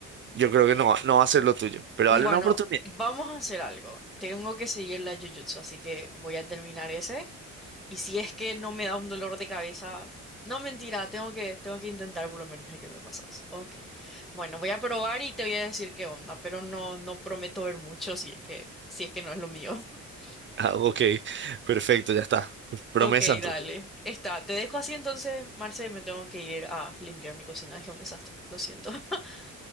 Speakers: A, on the right; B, in the centre.
A: yo creo que no, no va a ser lo tuyo, pero dale
B: Bueno,
A: una oportunidad.
B: vamos
A: <laughs>
B: a hacer algo. Tengo que seguir la Jujutsu, así que voy a terminar ese. Y si es que no me da un dolor de cabeza, no mentira, tengo que, tengo que intentar por lo menos el que me pasas. Ok. Bueno, voy a probar y te voy a decir qué onda, pero no, no prometo ver mucho si es que, si es que no es lo mío. <laughs>
A: Ah, ok, perfecto, ya está. Promesa
B: Ok,
A: entonces.
B: dale. Está, te dejo así entonces, Marce, me tengo que ir a limpiar mi cocina, es un desastre. Lo siento. <laughs>